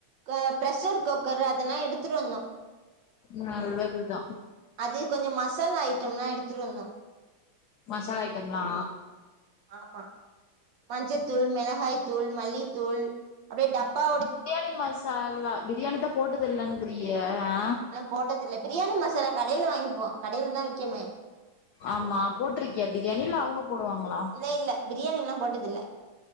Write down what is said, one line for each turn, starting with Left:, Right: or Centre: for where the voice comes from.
Right: க ப்ரஷர் கொக்கரு அதெல்லா எடுத்துட்டு வந்தோ
Left: நல்லதுதா
Right: அது கொஞ்சோ மசாலா ஐட்டம்லா எடுத்துட்டு வந்தோ
Left: மசாலா ஐட்டம் லா
Right: ஆமா மஞ்சத்தூள் மிளகாய் தூள் மல்லித்தூள் அப்டியே டப்பா
Left: பிரியாணி மசாலா பிரியாணி தா போட்டதுல்ல்லங்கிறிய ஆ
Right: போட்டது இல்ல பிரியாணி மசாலா கடைல வாங்கிப்போ கடையில தா விக்கமே
Left: ஆமா போட்ருக்கியா பிரியாணி இல்ல அவங்க போடுவாங்களா
Right: இல்ல இல்ல பிரியாணி இன்னு போட்டதுல்ல